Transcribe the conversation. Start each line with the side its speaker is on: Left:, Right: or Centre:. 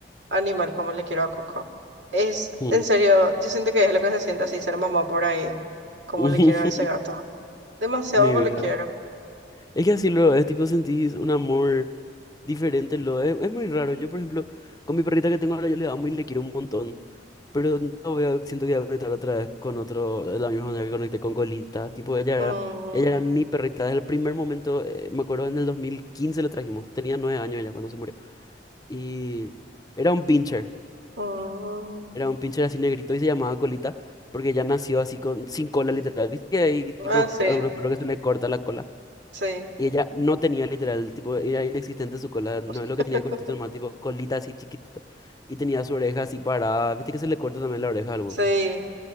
Right: animal como le quiero a Coco. Es,
Left: Mm.
Right: en serio, yo siento que es lo que se siente así ser mamá por ahí, como
Left: <laughs>
Right: le quiero a ese gato. Demasiado
Left: Mi
Right: como
Left: vida.
Right: le quiero.
Left: Es que así luego es, tipo, sentís un amor. diferente lo es. Es muy raro. Yo, por ejemplo, con mi perrita que tengo ahora, yo le amo y le quiero un montón. Pero no voy a, siento que voy a conectar otra vez con otro, de la misma manera que conecté con Colita. Tipo, ella era,
Right: Mm,
Left: ella era mi perrita desde el primer momento. eh, me acuerdo en el 2015 la trajimos. Tenía nueve años ella cuando se murió. Y era un pincher.
Right: mm.
Left: Era un pincher así negrito y se llamaba Colita. Porque ya nació así con, sin cola literal. ¿Viste que hay tipo
Right: Ah, sí,
Left: algunos perros que se le corta la cola?
Right: sí,
Left: Y ella no tenía literal, tipo, era inexistente su cola, no
Right: <laughs>
Left: es lo que tenía cortito, nomás tipo colita así chiquitito. Y tenía su oreja así parada, viste que se le corta también la oreja a algunos.
Right: sí.